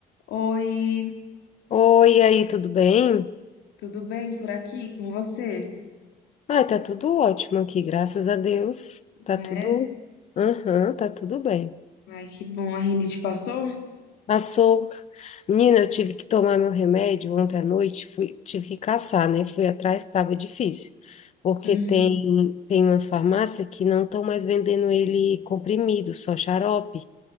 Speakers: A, on the left (about 80°); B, on the left (about 40°).
A: Oi,
B: Oi, e aí, tudo bem?
A: tudo bem por aqui com você?
B: Ai, tá tudo ótimo aqui, graças a Deus. Tá
A: É?
B: tudo. Aham, tá tudo bem.
A: Ai, que bom, a rinite passou?
B: Passou. Menina, eu tive que tomar meu remédio ontem à noite, fui, tive que caçar, né? Fui atrás, estava difícil. Porque
A: Hum,
B: tem, tem umas farmácias que não estão mais vendendo ele comprimido, só xarope.